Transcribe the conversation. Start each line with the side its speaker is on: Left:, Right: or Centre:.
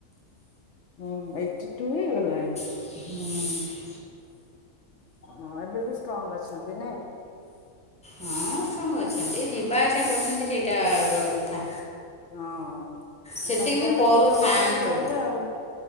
Left: ହୁଁ ଏଇଠି ଟୁ ହେଇଗଲାଣି।
Centre: ହୁଁ।
Left: ହଁ ଏବେ ବି ଷ୍ଟ୍ରଙ୍ଗ ଅଛନ୍ତି ନାଇଁ।
Centre: ହଁ ଷ୍ଟ୍ରଙ୍ଗ ଅଛନ୍ତି ଯିବା ଆସିବା କରୁଛନ୍ତି ସେଇଟା ବଡ଼ କଥା।
Left: ହଁ ଆଉ
Centre: ସେତିକି
Left: ତାଙ୍କୁ
Centre: ବି
Left: କହିବେ
Centre: କରୁଥାଆନ୍ତୁ
Left: ଟିକେ ଚଲାଚଲି କରିବେ ଆଉ।